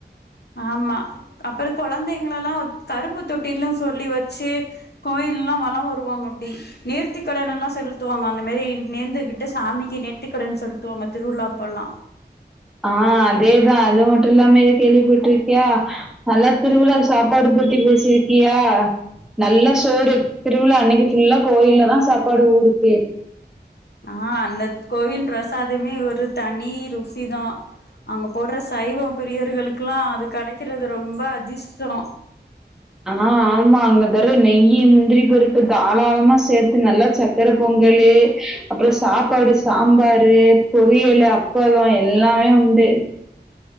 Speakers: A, on the left; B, in the centre.
A: ஆமா அப்புறோ குழந்தைங்கள எல்லா கரும்பு தொட்டிலு சொல்லி வச்சு கோயில் ல்லா வளோ வருவாங்க அப்டி நேர்த்திக்கடன் எல்லா செலுத்துவாங்க அந்த மேரி நேர்ந்துகிட்டு சாமிக்கு நேர்த்திக்கடன் செலுத்துவாங்க திருவிழாப்ப எல்லா
B: ஆ அதேதா அது மட்டு இல்லாமே இது கேள்விப்பட்ருக்கியா நல்லா திருவிழா சாப்பாடு போட்டி பேசிருக்கியா நல்லா சோறு திருவிழா அன்னைக்கி ஃபுல்லா கோயில்ல தா சாப்பாடு ஊருக்கே
A: ஆ அந்த கோவில் பிரசாதமே ஒரு தனி ருசி தா அங்க போடுற சைவோ பிரியவர்களுக்கெலா அது கெடைக்கிறது ரொம்ப அதிர்ஷ்டோ
B: ஆ ஆமா அங்க தரு நெய்யி முந்திரி பருப்பு தாளமா சேத்து நல்லா ச்ச சக்கர பொங்கல்லு அப்புறோ சாப்பாடு சாம்பாரு பொரியலு அ அப்பலோ எல்லாமே உண்டு